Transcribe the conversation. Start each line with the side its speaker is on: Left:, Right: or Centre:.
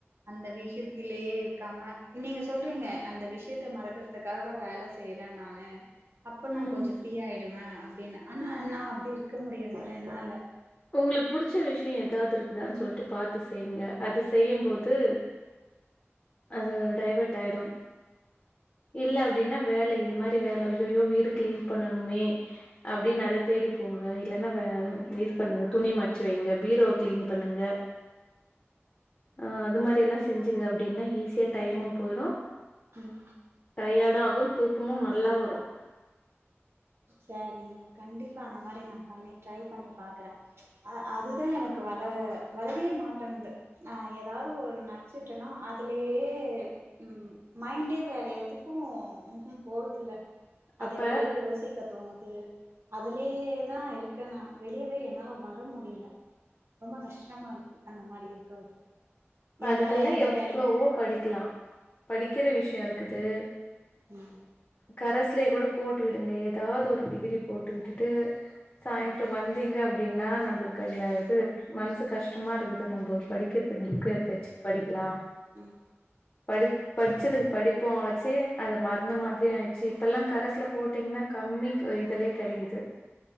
Right: அந்த விஷயத்திலேயே இருக்காம நீங்க சொல்றீங்க அந்த விஷயத்த மறக்க துக்காக தா வேல செய்யறே நானு அப்ப நா
Left: ம்
Right: கொஞ்ச ஃப்ரீ ஆயிடுவே அப்டின்னு ஆனா நா அப்டி இருக்க முடியறதில்ல என்னால
Left: உங்களுக்கு புடிச்ச விஷய எதாது இருக்குதான்னு சொல்ட்டு பாத்து செய்ங்க அது செய்யும் போது அது டைவர்ட் ஆயிடு இல்ல அப்டின்னா வேல இது மாரி வேல ஐயயோ வீடு கிளீன் பண்ணணுமே அப்டின்னு அத தேடிப்போங்க இல்லன்னா வே இது பண்ணுங்க துணி மடிச்சு வைங்க பீரோ கிளீன் பண்ணுங்க ஆ அது மாரில்லா செஞ்சுங்க அப்டின்னா ஈஸியா டைமு போயிடு
Right: ம்
Left: டயர்டு ஆகும் தூக்கமும் நல்லா வரும்
Right: சாரிங்க கண்டிப்பா அந்த மாரி நா பண்ணி ட்ரை பண்ணி பாக்குறே அ அதுதா எனக்கு வர வரவே மாட்டேங்குது ஆ எதாவது ஒரு நச்சுட்டேனா அதுலயே ம் மைண்டே வேற எதுக்கு ம் ஹும் போறதுல்ல
Left: அப்ப
Right: அதுலே யோசிக் க தோணுது அதுலயேதா இருக்கே நானு வெளியவே என்னால வர முடியல ரொம்ப கஷ்டமா இருக்கு அந்த மாரி இருக்கது
Left: அதுக்கெல்லா
Right: என்னால எந்த
Left: எவ்ளோவோ
Right: வேலயு
Left: படிக்கலா படிக்கிற விஷ்ய இருக்குது
Right: ம்
Left: கரஸ்லயே கூட போட்டு விடுங்க எதாது ஒரு டிகிரி போட்டு விட்டுட்டு சாய்ந்தரம்
Right: ம்
Left: வந்தீங்க அப்டினா நம்ளுக்கு அதுல இது மனசு கஷ்டமா இருக்குது நம்ம படிக்கிறது புக்கு எடுத்து வச்சு படிக்கலா
Right: ம்
Left: படு படிச்சதுக்கு படிப்பு ஆச்சு அத மருந்து மாத்திரயு ஆயிடுச்சு இப்பல்லா கரஸ்ல போட்டீங்கன்னா கம்மி இதுலயே கெடைக்குது